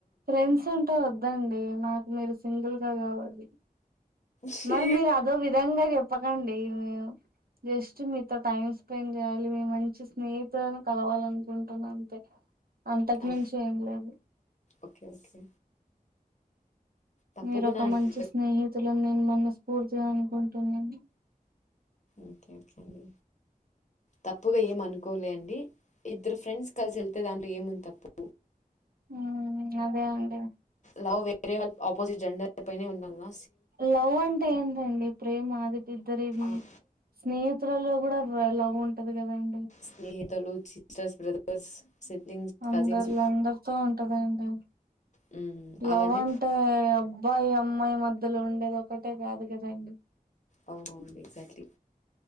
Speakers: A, on the right; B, on the left.
A: ఫ్రెండ్స్ అంటే వద్దండి నాకు మీరు సింగిల్ గా కావాలి.
B: ఛీ!
A: మరి మీరు అదో విధంగా చెప్పకండి మీ జస్ట్ మీతో టైం స్పెండ్ చేయాలి మేము మంచి స్నేహితులను కలవాలి అనుకుంటున్నా అంతే అంతకు
B: ఆ!
A: మించి ఏం లేదు
B: ఓకే. ఓకే. తప్పకుండా
A: మీరు ఒక
B: అండి.
A: మంచి స్నేహితులు నేను మనస్ఫూర్తిగా అనుకుంటున్నాను.
B: ఓకే ఓకే అండి తప్పుగా ఏమ్ అనుకోలే అండి. ఇద్దరు ఫ్రెండ్స్ కలిసి వెళ్తే దాంట్లో ఏముంది తప్పు
A: ఉ అదే అండి
B: లవ్ వేరే వా ఆపోజిట్ జెండర్ పైనే ఉంటుందా
A: లవ్ అంటే ఏంటండి ప్రేమ అదిటిద్దరి
B: ఆహ్,
A: స్నేహితు పత్రలో కూడా లవ్ ఉంటది కదాండి
B: స్నేహితులు, సిస్టర్స్, బ్రదర్స్. సిబ్లింగ్స్,
A: అందరిలో
B: కజిన్స్
A: అందరితో ఉంటదండి.
B: హ్మ్. అలానే
A: లవ్ అంటే అబ్బాయి అమ్మాయి మధ్యలో ఉం అది ఒకటే కాదు కదండి.
B: అవునవును ఎగ్జాక్ట్లీ